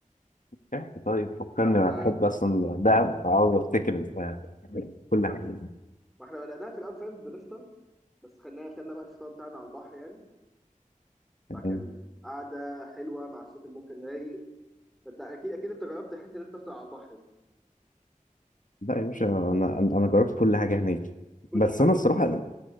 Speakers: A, on the left; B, in the centre.
A: احكي طيب فكرني
B: فاحنا
A: انا بحب اصلا دهب عاوز افتكر آه، كل حاجة
B: ما احنا بدأناها في الاول فاهم بنفطر بس خدنا خدنا بقى الفطار بتاعنا على البحر يعني
A: تمام
B: فكان قعده حلوه مع الصوت الممكن رايق فانت اكيد اكيد انت جربت حته انك تفطر على البحر دي
A: لا يا باشا انا انا أنا جربت كل حاجة هناك
B: كل
A: بس
B: حاجه
A: انا الصراحة
B: <laughs>